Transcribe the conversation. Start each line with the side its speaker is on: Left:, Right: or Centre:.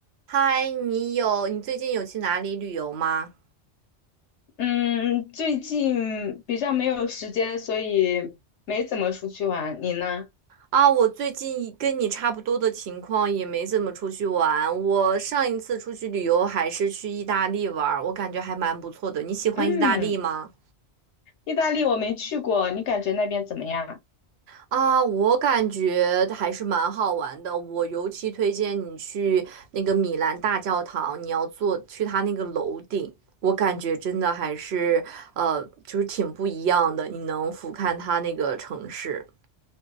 Right: 嗨，你有，你最近有去哪里旅游吗？
Left: 嗯，最近比较没有时间，所以没怎么出去玩。你呢？
Right: 啊，我最近跟你差不多的情况，也没怎么出去玩。我上一次出去旅游还是去意大利玩儿，我感觉还蛮不错的。你喜欢意大利吗？
Left: 嗯，意大利我没去过，你感觉那边怎么样？
Right: 啊，我感觉还是蛮好玩的。我尤其推荐你去那个米兰大教堂，你要坐去它那个楼顶，我感觉真的还是呃，就是挺不一样的。你能俯瞰它那个城市。